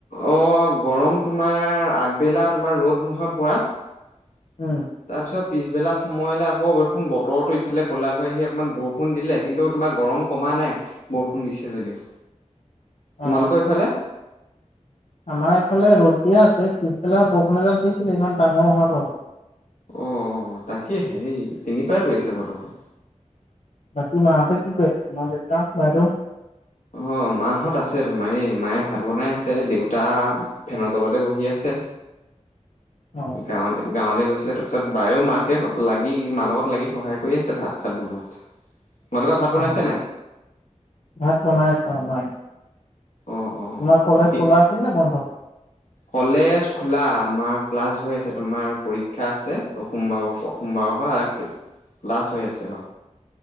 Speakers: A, on the left (about 85°); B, on the left (about 65°).
A: অ গৰম তোমাৰ আগবেলা তোমাৰ ৰ'দ নহয় পুৰা। তাৰপিছত
B: উম
A: পিছবেলা সময়লৈ আকৌ বৰষুন বতৰটো ইফালে ক'লাকৈ আহি অকণমান বৰষুণ দিলে, কিন্তু তোমাৰ গৰম কমা নাই বৰষুণ দিছে যদিও। তোমালোকৰ
B: অ
A: সেইফালে।
B: আমাৰ এইফালে ৰ'দ দিয়ে আছে, পিছবেলা বৰষুণ এজাক দিছিলে ইমান ডাঙৰ নহয় বাৰু।
A: অঁ তাকেই হে তেনেকুৱাই কৈ আছে বতৰ টো।
B: বাকী মা হতে কি কৰি আছে, দেউতা, বাইদেউ ।
A: অ মা হত আছে তোমাৰ এই মায়ে ভাত বনাই আছে দেউতা তা ফেনৰ তলতে বহি আছে।
B: অ
A: গাঁৱলৈ গাঁৱলৈ গৈছিলে তাৰপিছত বায়ে মাকে লাগি মা লগত লাগি সহায় কৰি আছে ভাত চাত বনোৱাত। তোমালোকৰ ভাত বনাইছে
B: অ',
A: নাই?
B: ভাত বনাই আছে মায়ে।
A: অ', অ',
B: তোমাৰ কলেজ
A: বাকী
B: খোলা আছিল নে বন্ধ।
A: কলেজ খোলা, আমাৰ ক্লাছ হৈ আছে তোমাৰ পৰীক্ষা আছে। সোমবাৰ সোমবাৰৰ পৰা ক্লাছ হৈ আছে।